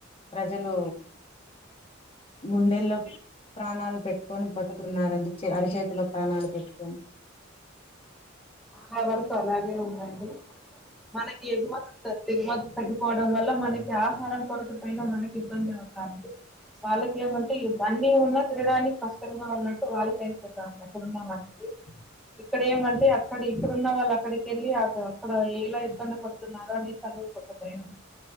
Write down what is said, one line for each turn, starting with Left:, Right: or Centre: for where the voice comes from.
Left: ప్రజలు గుండెల్లో ప్రాణాలు పెట్టుకొని బ్రతుకున్నడి అరిచతిలో ప్రాణాలు పెట్టుకొని
Centre: చాల వరకు అలాగే ఉందండి మనకి ఎగుమతి డిగుమతి తగ్గిపోవడం వల్ల మనకి ఆహారం కొరత పైన మనకి ఇబ్బంది అవుతంది వాళ్ళకి ఏమంటే యుద్ధ అన్ని ఉన్నా క్రీడానికి కష్టంగా ఉన్నట్టు వాళ్ళకి అయిపోతా ఉంది అక్కడున్న వాళ్ళకి ఇక్కడ ఏమంటే అక్కడ ఇక్కడున్న వాళ్ళు అక్కడికిళ్ళి అ అక్కడ ఎలా ఇబ్బంది కొడుతున్నారుర అని చదువు ప భయం